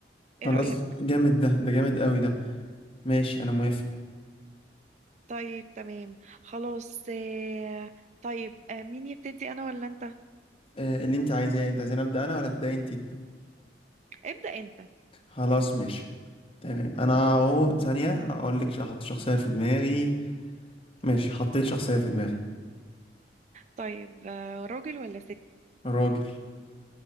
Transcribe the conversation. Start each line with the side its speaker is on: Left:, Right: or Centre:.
Right: ايه
Left: خلاص
Right: رايك
Left: جامد ده ده جامد قوي ده ماشي انا موافق
Right: طيب تمام خلاص آه، طيب آه، مين يبتدي انا ولا انت
Left: آه اللي انت عايزاه انت عايزين ابدا انا ولا تبداي انت
Right: ابدا انت
Left: خلاص ماشي تمام انا اهو ثانيه اقول لك احط شخصيه في دماغي ماشي حطيت شخصيه في دماغي
Right: طيب آه، راجل ولا ست
Left: راجل